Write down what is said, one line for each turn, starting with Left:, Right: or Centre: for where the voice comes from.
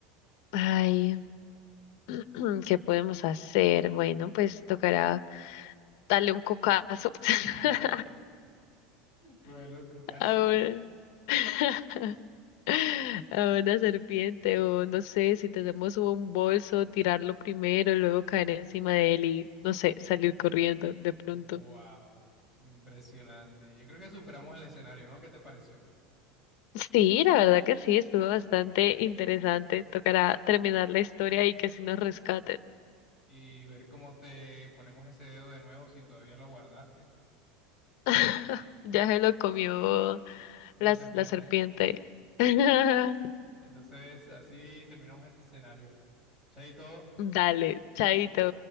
Left: Ay, <clears throat> ¿qué podemos hacer? Bueno, pues tocará darle un cocazo <laughs>
Centre: <laughs> Cuidado loco, caso.
Left: ahora. <laughs> <laughs> a una serpiente o no sé, si tenemos un bolso, tirarlo primero, luego caer encima de él y no sé, salir corriendo de pronto.
Centre: Wow, impresionante. Yo creo que superamos el escenario, ¿no? ¿Qué te pareció?
Left: Sí, la verdad que sí, estuvo bastante interesante. Tocará terminar la historia y que sí nos rescaten.
Centre: Y ver cómo te ponemos ese dedo de nuevo si todavía lo guardaste,
Left: <laughs> Ya se lo comió
Centre: una
Left: la,
Centre: serpiente.
Left: la serpiente. <laughs>
Centre: <laughs> Entonces, así terminamos este escenario. Chaito.
Left: Dale, chaito.